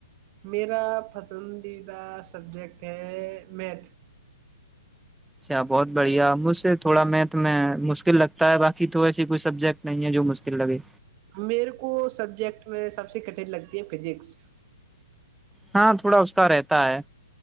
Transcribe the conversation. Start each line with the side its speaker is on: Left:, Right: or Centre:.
Right: میرا پسندیدہ سبجیکٹ ہے میں
Centre: اچھا بہت بڑھیا مجھ سے تھوڑا میتھ میں مشکل لگتا ہے باقی تو ایسی کوئی سبجیکٹ نہیں ہے جو مشکل لگے
Right: میرے کو سبجیکٹ میں سب سے کٹھن لگتی ہے فزکس
Centre: ہاں تھوڑا اس کا رہتا ہے